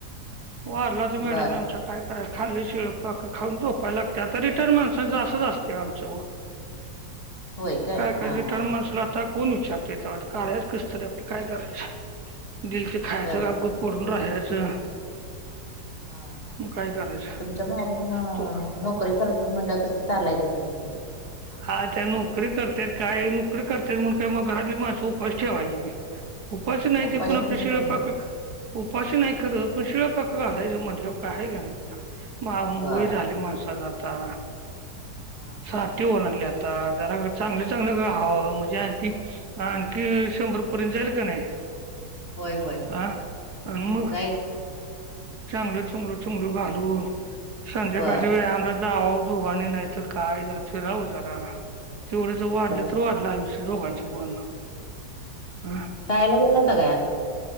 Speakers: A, on the right (about 60°); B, on the left (about 30°).
A: हो लत मॅडम
B: बर
A: खा हा खाल्लंय शिळ पाक खाऊन झोपायला लागतंय आता रिटर्न माणसाचं असंच असतंय आमचं वो
B: होय
A: काय काय
B: हा
A: रिटर्न
B: हा
A: माणसाला आता कोण विचारते काायच कसतरी आपलं काय करायच दिल ते खायचं
B: तर
A: ग पडून राहायचं
B: हा
A: मग काय करायचं
B: तुमच्या मॅडम
A: तू
B: नोकरी करतात म्हणल्या तसं चालायचंच की आता
A: हा त्या नोकरी करतत काय नोकरी करतेत म्हण काय मग घरातली माणसं उपाशी ठेवायचीे मी उपास नाहीचे
B: उपाशी
A: पण आपल्या
B: ठेवून
A: शीळ
B: काय होईल
A: पाक नाही आहे खरं पण शिळ पक्क घालायच म्हटलं का आहे का नाही तिला मग
B: बर
A: वय झाली माणसाचं आता
B: हा
A: साठी ओर आणडले आता जरा चांगले चांगले ग हवं म्हणजे आणि आणखी शंभर पर्यंत जाईल का नाही
B: होय होय
A: हा आणि मग
B: जाईल की.
A: चांगल चुंगलो चुंगलो घालून संध्याकाळच्या
B: बर
A: वेळ आमला जावा दोघांनी नाही तर काय जरा फिरावं जरा तेवढे
B: हम्म
A: जर वाढले
B: बर
A: तर वाढ आयुष दोघांची पण हं?
B: ताईला बोलता का आज